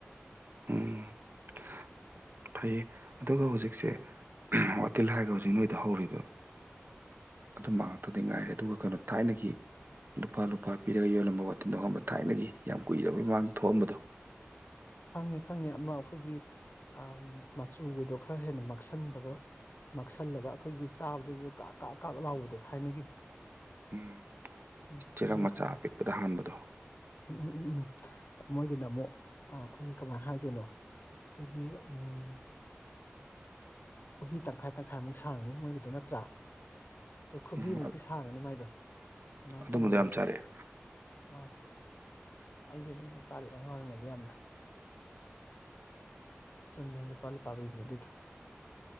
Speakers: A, on the right (about 50°); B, on the left (about 55°).
A: ꯎꯝ <unintelligible> ꯐꯩꯌꯦ ꯑꯗꯨꯒ ꯍꯧꯖꯤꯛꯁꯦ ꯋꯥꯇꯤꯜ ꯍꯥꯏꯔꯒ ꯍꯧꯖꯤꯛ ꯅꯣꯏꯗ ꯍꯧꯔꯤꯕ ꯑꯗꯨꯝꯕ ꯉꯥꯛꯇꯗꯤ ꯉꯥꯏꯔꯦ ꯑꯗꯨꯒ ꯀꯩꯅꯣ ꯊꯥꯏꯅꯒꯤ ꯂꯨꯄꯥ ꯂꯨꯄꯥ ꯄꯤꯔꯒ ꯌꯣꯜꯂꯝꯕ ꯋꯥꯇꯤꯟꯗꯣ ꯈꯪꯕ꯭ꯔꯥ ꯊꯥꯏꯅꯒꯤ ꯌꯥꯝ ꯀꯨꯏꯔꯕꯩ ꯃꯃꯥꯡꯗ ꯊꯣꯛꯑꯝꯕꯗꯣ
B: ꯈꯪꯉꯤ ꯈꯪꯉꯤ ꯑꯃ ꯑꯈꯣꯏꯒꯤ ꯑꯝ ꯃꯆꯨꯒꯗꯣ ꯈꯔ ꯍꯦꯟꯅ ꯃꯛꯁꯟꯕꯒ ꯃꯛꯁꯜꯂꯒ ꯑꯈꯣꯏꯒꯤ ꯆꯥꯕꯗꯁꯨ ꯀ ꯀꯥꯛ ꯀꯥꯛ ꯂꯥꯎꯕꯗꯣ ꯊꯥꯏꯅꯒꯤ
A: ꯎꯝ
B: ꯎꯝ
A: ꯆꯦꯔꯪ
B: ꯈꯪꯉꯦ
A: ꯃꯆꯥ
B: ꯈꯪꯉꯦ
A: ꯑꯄꯤꯛꯄꯗ ꯍꯥꯟꯕꯗꯣ
B: ꯎꯝꯝ ꯎꯝꯝ ꯃꯣꯢꯒꯤꯅ ꯃꯨꯛ ꯑ ꯈꯣꯏꯒꯤ ꯀꯃꯥꯏ ꯍꯥꯏꯗꯣꯏꯅꯣ ꯈꯣꯏꯒꯤ ꯎꯝ ꯈꯨꯕꯤ ꯇꯪꯈꯥꯏ ꯇꯪꯈꯥꯏꯃꯨꯛ ꯁꯥꯡꯅꯤ ꯃꯣꯏꯒꯤꯗꯨ ꯅꯠꯇ꯭ꯔꯥ ꯈꯨꯕꯤꯃꯨꯛꯇꯤ
A: ꯎꯝ
B: ꯁꯥꯥꯡꯉꯅꯤ ꯃꯥꯏꯗꯣ ꯑꯗꯨꯃꯥꯏꯟ
A: ꯑꯗꯨꯝꯕꯗꯣ
B: ꯇꯧꯕꯅꯤ
A: ꯌꯥꯝ ꯆꯥꯔꯛꯑꯦ
B: <unintelligible> ꯑꯥ ꯑꯩꯁꯦ ꯑꯗꯨꯗꯤ ꯆꯥꯔꯛꯑꯦ ꯑꯉꯥꯡ ꯑꯣꯏꯔꯤꯉꯩꯗ ꯌꯥꯝꯅ ꯆꯨꯝꯃꯦ ꯂꯨꯄꯥ ꯂꯨꯄꯥ ꯄꯤꯕꯅꯦ ꯑꯗꯨꯗꯣ